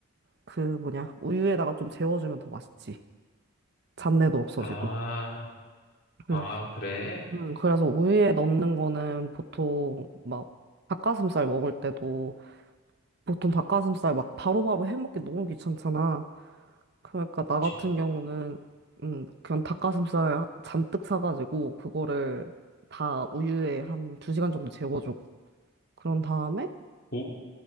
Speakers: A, on the right (about 50°); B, on the left (about 45°).
A: 그 뭐냐, 우유에다가 좀 재워주면 더 맛있지. 잡내도 없어지고.
B: 아, 아,
A: 응.
B: 그래?
A: 응, 그래서 우유에 넣는 거는 보통 막 닭가슴살 먹을 때도 보통 닭가슴살 막 바로바로 해먹기 너무 귀찮잖아. 그러니까 나
B: 지-
A: 같은 경우는 음, 그냥 닭가슴살 잔뜩 사가지고 그거를 다 우유에 한 두 시간 정도 재워줘. 그런 다음에
B: 우,